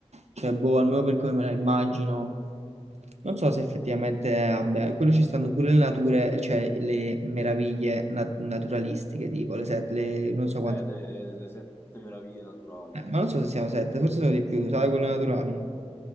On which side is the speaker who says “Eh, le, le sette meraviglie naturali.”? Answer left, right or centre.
Left